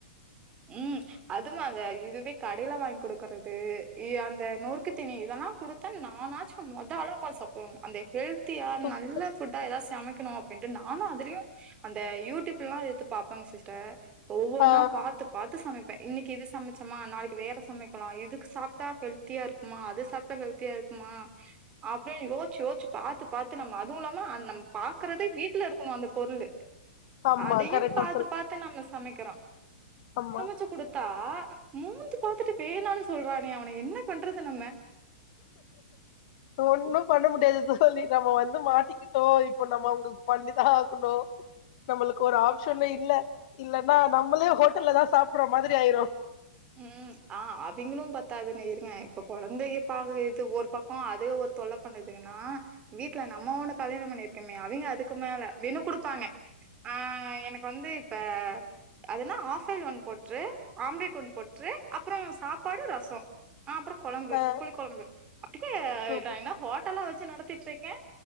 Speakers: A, on the right; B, on the left.
A: ம் அது தாங்க இதுவே கடைல வாங்கி குடுக்குறது இ அந்த நொறுக்கு தீணி இதெல்லா குடுத்த நானாச்சு மொத ஆளா போய் சாப் <unintelligible> அந்த ஹெல்த் தியா
B: சூப்-
A: நல்ல ஃபுட்டா ஏதாத் சமைக்கணு அப்டின்ட்டு நானு அதுலயு அந்த யூடியூப்லா எடுத்து பாப்பங்க சிஸ்டர் ஒவ்வொன்னா
B: ஆ
A: பாத் பாத்து சமப்பே இன்னக்கி இது சமச்சமா நாளக்கி வேற சமைக்கலா இதுக் சாப்ட்டா ஹெல்தியா இருக்குமா அது சாப்ட்டா ஹெல்த் தியா இருக்குமா அப்டின் யோச்சு யோச்சு பாத்து பாத்து நம்ம அதுவு இல்லாம நம்ம பாக்றதே வீட்ல இருக்குனு அந்த பொருளு
B: ஆமா
A: அதயு
B: கரெக்டா
A: பாத்து பாத்து நாங்க சமைக்கிறோ
B: அம்மா
A: ச்சு குடுத்தா மோந்து பாத்துட்டு வேணான் சொல்றானே அவன என்ன பண்றது நம்ம
B: ஒன்னு பண்ண முடியாது தோழி நம்ம வந்து மாட்டிக்கிட்டோ இப்ப நம்ம அவங்களுக்கு பண்ணிதா ஆகணு நம்மளுக்கு ஒரு ஆப்ஷனு இல்ல இல்லன்னா நம்மளே ஹோட்டல்ல தா சாப்டுற மாதிரி ஆயிரு
A: ம் ஆ அதுங்களு பத்தாதுனு இருங்க இப்ப கொழந்தைய பாக்ற இது ஒரு பக்க அதே ஒரு தொல்ல பண்ணுதுங்கனா வீட்ல நம்ம ஒண்ணு கல்யாண பண்ணி இருக்கமே அவிங்க அதுக்கு க்கு மேல மெனு குடுப்பாங்க ஆ எனக்கு வந்து இப்ப அது என்னா ஆஃப் ஆயில் ஒன்னு போட்டுரு ஆம்லெட் ஒன் போட்டுரு அப்ற சாப்பாடு ரச ஆ அப்பற கொழம்பு
B: ஆ
A: புளி கொழம்பு அப்டியே
B: சூப்பர்
A: நா என்ன ஹோட்டல்லா வச்சு நடத்திட்டு இருக்கே